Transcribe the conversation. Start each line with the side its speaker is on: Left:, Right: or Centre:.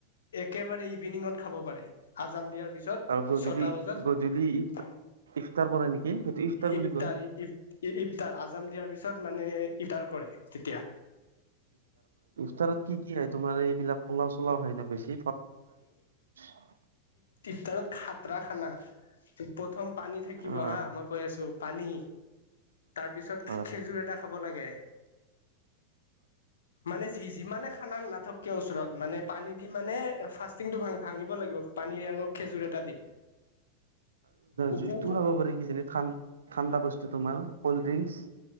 Left: একেবাৰে ঈদ এনিঙত খাব পাৰে আজাম দিয়াৰ পিছত
Right: আৰু গধূলি
Left: ছটা বজাত
Right: গধূলি ইফতাৰ কৰে নেকি সেইটো ইফতাৰ
Left: ইফতাৰী
Right: বুলি কয়
Left: ইফতাৰ আজ দিয়াৰ পিছত মানে ইফটাৰ কৰে তেতিয়া
Right: ত কি কি হয় তোমাৰ এইবিলাক পলা পোলাও খাই না বেছি <unintelligible>
Left: ইপতাৰত খাতৰা খানা প্ৰথম পানী থাকিব
Right: অ
Left: হা মই কৈ আছো পানী তাৰ পিছত
Right: হয়
Left: খেজুৰ এটা খাব লাগে, মানে যি যিমানে খানা নাথককে ওচৰত মানে পানী দি মানে ফাষ্টিংটো ভা ভাঙিব লাগিব পানী আৰু খেজুৰ এটা দি। উপু
Right: জুচটো খাব পাৰি কিজানি ঠাণ্ডা ঠাণ্ডা বস্তু। তোমাৰ ক'ল্ড ড্ৰিংকস।